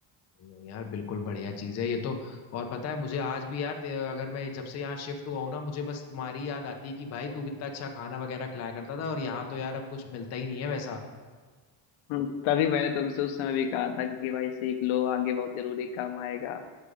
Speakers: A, on the left; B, on the left.
A: नहीं यार बिल्कुल बढ़िया चीज है ये तो और पता है मुझे आज भी यार ते- अगर मैं जब से यहाँ शिफ्ट हुआ हूं ना मुझे बस तुम्हारी याद आती है कि भाई तू कितना अच्छा खाना वगैरह खिलाया करता था और यहाँ तो यार अब कुछ मिलता ही नहीं है वैसा
B: हम्म, तभी मैंने तुमसे उस समय भी कहा था कि भाई सीख लो आगे बहुत जरूरी काम आएगा